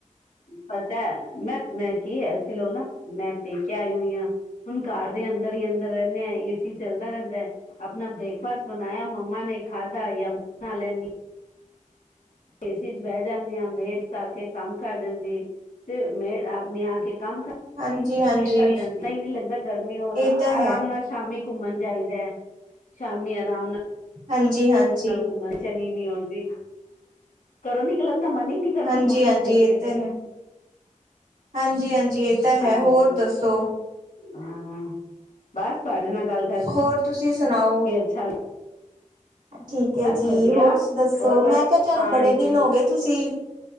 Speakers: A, on the left; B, on the right.
A: ਪਤਾ ਹੈ ਮੈਂ-ਮੈਂ ਕੀ ਐਸੀ ਲੋ ਨਾ ਮੈਂ ਪੇਕੇ ਆਈ ਹਾਂ। ਹੁਣ ਕਾਰ ਦੇ ਅੰਦਰ ਹੀ ਅੰਦਰ ਰਹਿੰਦੇ ਆ ਏਸੀ ਚੱਲਦਾ ਰਹਿੰਦਾ। ਆਪਣਾ ਬ੍ਰੇਕਫਾਸਟ ਬਣਾਇਆ ਮੰਮਾ ਨੇ ਖਾਧਾ ਜਾਂ ਮੈਂ ਆਪ ਬਣਾ ਲੈਂਦੀ ਹ। ਏਸੀ ਚ ਬਹਿ ਜਾਂਦੀਆਂ ਮੇਡ ਆਕੇ ਕ ਕੰਮ ਕਰ ਜਾਂਦੀ ਤੇ ਮੇ ਓਨੇ ਆ ਕੇ ਕੰਮ
B: ਹਾਂਜੀ ਹਾਂਜੀ
A: ਨਹੀਂ ਨਹੀਂ ਲਗਦਾ ਗਰਮੀ
B: ਇਹ ਤਾਂ
A: ਆਰਾਮ
B: ਹੈ
A: ਨਾਲ ਸ਼ਾਮੀ ਘੁੰਮਣ ਜਾਈਦਾ ਸ਼ਾਮੀ ਆਰਾਮ ਨਾਲ
B: ਹਾਂਜੀ ਹਾਂਜੀ
A: ਨਾਲੇ ਘੁੰਮਣ ਚਲੇ ਗਈ ਨਾਲੇ ਘਰੋ ਨਿਕਲਣ ਦਾ ਮਨ ਹੀ ਨਹੀਂ ਕਰਦਾ।
B: ਹਾਂਜੀ
A: ਮੌਸਮ
B: ਹਾਂਜੀ
A: ਦੇਖ
B: ਇਹ
A: ਕੇ
B: ਤਾਂ
A: ਤੇ
B: ਹੈ ਹਾਂਜੀ ਹਾਂਜੀ ਇਹ ਤਾਂ ਹੈ
A: ਹਾਂਜੀ
B: ਹੋਰ ਦੱਸੋ
A: ਹਾਂ ਬਸ ਤੁਹਾਡੇ ਨਾਲ ਗੱਲ
B: ਹੋਰ ਤੁਸੀਂ ਸੁਣਾਓ
A: ਚੱਲ
B: ਠੀਕ ਹੈ ਜੀ,
A: ਵਧੀਆ
B: ਹੋਰ ਦੱਸੋ
A: ਹੋਰ ਬਸ
B: ਮੈਂ ਕਿਹਾ ਚਲ
A: ਹਾਂਜੀ
B: ਬੜੇ ਦਿਨ ਹੋ ਗਏ। ਤੁਸੀਂ